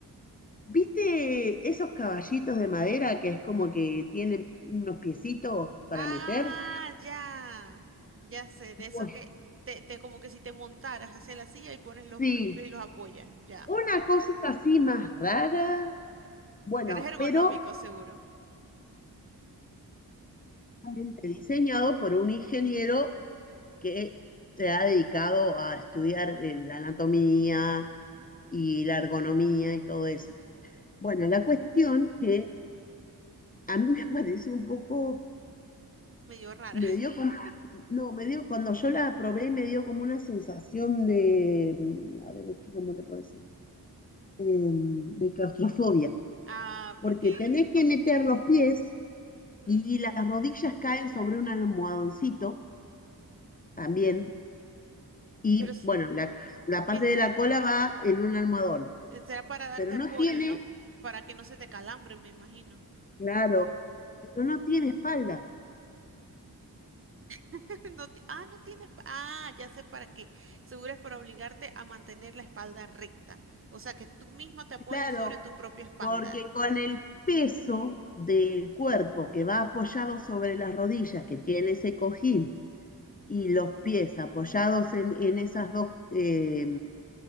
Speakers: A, on the left; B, on the right.
A: ¿Viste esos caballitos de madera que es como que tienen unos piecitos para
B: Ah,
A: meter?
B: ya. Ya sé, de esos
A: Pues
B: que te, te como que si te montaras, hacia la silla y pones los,
A: sí,
B: los pies y los apoyas, ya.
A: una cosa así más rara, bueno,
B: Pero es ergonómico,
A: pero
B: seguro.
A: realmente diseñado por un ingeniero que se ha dedicado a estudiar eh, la anatomía y la ergonomía y todo eso. Bueno, la cuestión que a mí me <laughs> pareció un poco,
B: Medio rara.
A: me
B: <laughs>
A: dio No, me dio, cuando yo la probé me dio como una sensación de, mm, a ver, ¿qué- ¿cómo te puedo decir? Em, de claustrofobia,
B: Ah,
A: porque
B: porque...
A: tenés que meter los pies
B: ujú.
A: y las rodillas caen sobre un almohadoncito también, y
B: Pero, s-
A: bueno, la, la parte
B: ¿qué
A: de
B: será?
A: la cola va en un almohadón,
B: Será para
A: pero
B: darte
A: no
B: apoyo,
A: tiene,
B: ¿no? Para que no se te calambre, me imagino.
A: claro, pero no tiene espalda,
B: <laughs> No ti- ah, no tienes... pa- Ah, ya sé para qué. Seguro es para obligarte a mantener la espalda recta. O sea, que tú mismo te apoyes
A: claro,
B: sobre tu propia espalda.
A: porque con el peso del cuerpo que va apoyado sobre las rodillas, que tiene ese cojín,
B: Mm.
A: y los pies apoyados en, en esas dos, eh,